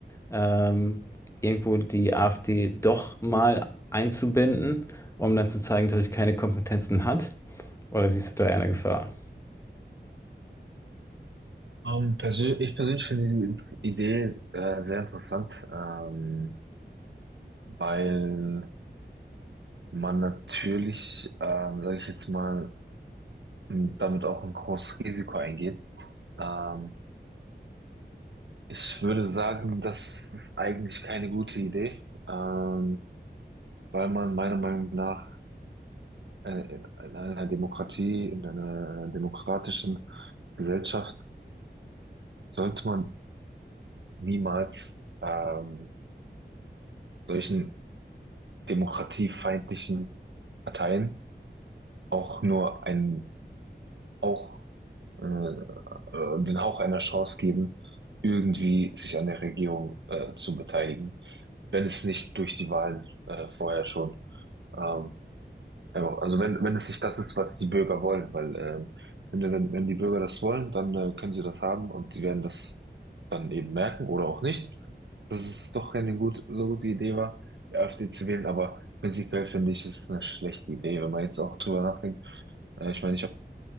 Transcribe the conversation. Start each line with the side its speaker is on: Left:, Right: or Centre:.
Left: ähm, irgendwo die AfD doch mal einzubinden, um dann zu zeigen, dass sie keine Kompetenzen hat. Oder siehst du da eher eine Gefahr?
Right: Ähm, persö ich persönlich finde die Idee äh, sehr interessant, ähm, weil man natürlich, ähm, sage ich jetzt mal, und damit auch ein großes Risiko eingeht. Ähm, ich würde sagen, das ist eigentlich keine gute Idee, ähm, weil man meiner Meinung nach äh, in einer Demokratie, in einer demokratischen Gesellschaft sollte man niemals ähm, solchen demokratiefeindlichen Parteien auch nur einen auch äh, äh, den Hauch einer Chance geben, irgendwie sich an der Regierung äh, zu beteiligen, wenn es nicht durch die Wahlen äh, vorher schon, ähm, einfach- also wenn, wenn es nicht das ist, was die Bürger wollen, weil ähm, wenn, wenn, wenn die Bürger das wollen, dann äh, können sie das haben und sie werden das dann eben merken oder auch nicht, dass es doch keine gut, so gute Idee war, die AfD zu wählen, aber prinzipiell finde ich, es ist eine schlechte Idee, wenn man jetzt auch drüber nachdenkt. Äh, ich meine, ich habe